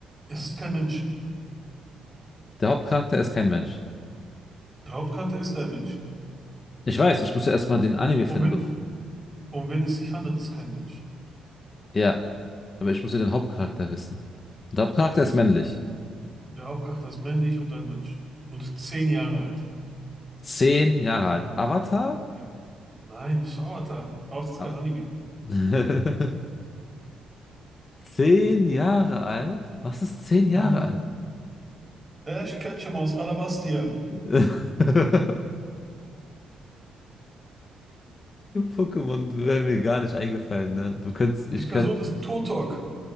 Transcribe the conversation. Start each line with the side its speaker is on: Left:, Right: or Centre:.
Right: Es ist kein Mensch.
Left: Der Hauptcharakter ist kein Mensch.
Right: Der Hauptcharakter ist ein Mensch.
Left: Ich weiß, ich muss ja erstmal den Anime
Right: Um
Left: finden.
Right: wen,
Left: bef-
Right: um wen es sich handelt, ist kein Mensch.
Left: Ja, aber ich muss ja den Hauptcharakter wissen. Und der Hauptcharakter ist männlich.
Right: Der Hauptcharakter ist männlich und ein Mensch. Und zehn Jahre alt.
Left: Zehn Jahre alt. Avatar?
Right: Ja. Nein, das ist Avatar. Avatar ist
Left: Ah.
Right: kein Anime.
Left: <laughs> Zehn Jahre alt? Was ist zehn Jahre
Right: Ja.
Left: alt?
Right: Äh, Ich catche mal aus Alabastia.
Left: <laughs> Junge Pokémon wäre mir gar nicht eingefallen, ne? Du könntest,
Right: Die
Left: ich
Right: Person
Left: könnte.
Right: ist Turtok.